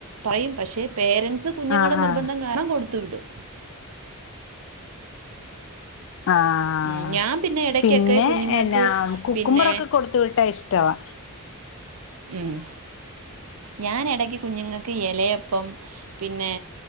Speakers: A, on the right (about 70°); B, on the left (about 60°).
A: പറയും പക്ഷെ പേരൻറ്സ് കുഞ്ഞുങ്ങളുടെ
B: ആഹ്
A: നിർബന്ധം
B: ആഹ്
A: കാരണം കൊടുത്തു വിടും
B: ആഹ്
A: ഉം ഞാൻ പിന്നെ ഇടയ്ക്കൊക്കെ
B: പിന്നെ
A: കുഞ്ഞുങ്ങൾക്ക്
B: എന്നാ കുക്കുമ്പറൊക്കെ
A: പിന്നെ
B: കൊടുത്ത് വിട്ടാ ഇഷ്ടവാ
A: മ് ഞാൻ ഇടക്ക് കുഞ്ഞുങ്ങൾക്ക് ഇലയപ്പം പിന്നെ